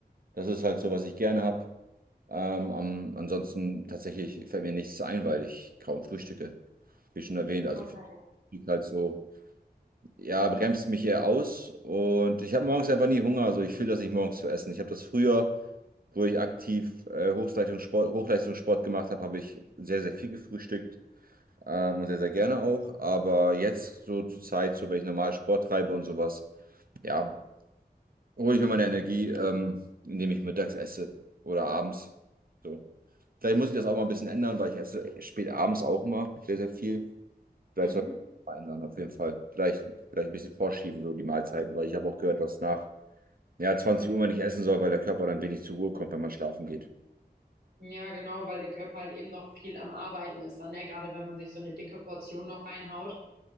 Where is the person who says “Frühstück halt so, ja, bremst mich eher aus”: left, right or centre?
Right